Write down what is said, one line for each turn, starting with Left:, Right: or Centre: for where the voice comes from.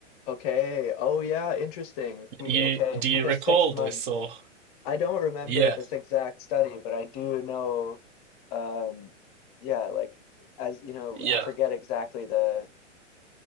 Left: Okay. Oh yeah, interesting. Be-
Right: You
Left: Okay,
Right: do you
Left: because
Right: recall
Left: six months.
Right: this or
Left: I don't remember
Right: yeah,
Left: this exact study, but I do know um yeah, like as you know,
Right: yeah,
Left: I forget exactly the